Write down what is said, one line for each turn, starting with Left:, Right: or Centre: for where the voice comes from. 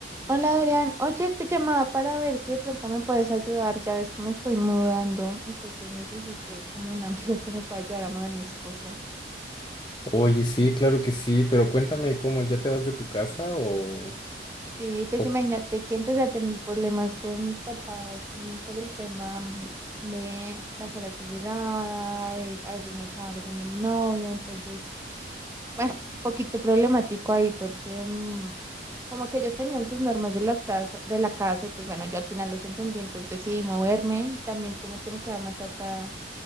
Right: Hola Adrián, oye, te llamaba para ver si de pronto me puedes ayudar, ya ves que me estoy mudando, entonces necesito como un <laughs> amigo que me pueda ayudar a mover mis cosas.
Left: Oye, sí, claro que sí, pero cuéntame cómo, ¿ya te vas de tu casa o,
Right: Sí, pues
Left: o
Right: imagínate que empecé a tener problemas con mis papás, como por el tema mm, de las horas de llegada, y a veces me echaba donde mi novio, entonces, bueno, <laughs> un poquito problemático ahí porque mm, como que ellos tenían sus normas de las casas, de la casa, y pues bueno, yo al final los entendí, entonces decidí moverme, también como que me quedaba más cerca